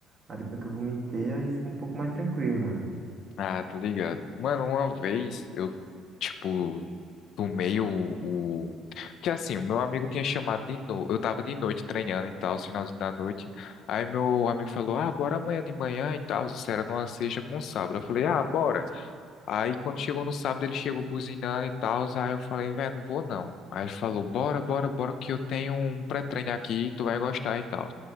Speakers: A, on the right; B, on the left.
A: Aí depois que eu vomitei, aí ficou um pouco mais tranquilo, mano.
B: Ah, tô ligado. Mano, uma vez eu, tipo, Tomei o, o... Porque assim, o meu amigo tinha chamado de novo. Eu tava de noite treinando e tal, finalzinho da noite. Aí meu amigo falou, ah, bora amanhã de manhã e tal. Isso era numa sexta com sábado. Eu falei, ah, bora. Aí quando chegou no sábado, ele chegou buzinando e tal. Aí eu falei, velho, não vou não. Aí ele falou, bora, bora, bora, que eu tenho um pré-treino aqui, tu vai gostar e tal.